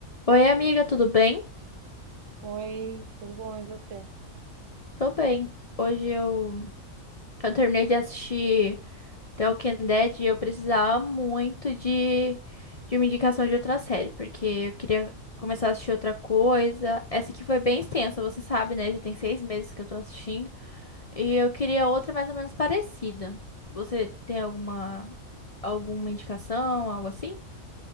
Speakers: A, on the left; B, on the right.
A: Oi, amiga, tudo bem?
B: Oi, tudo bom? E você?
A: Tô bem. Hoje eu, eu terminei de assistir The Walking Dead e eu precisava muito de, de uma indicação de outra série, porque eu queria começar a assistir outra coisa. Essa aqui foi bem extensa, você sabe, né? Já tem seis meses que eu tô assistindo. E eu queria outra mais ou menos parecida. Você tem alguma, alguma indicação, algo assim?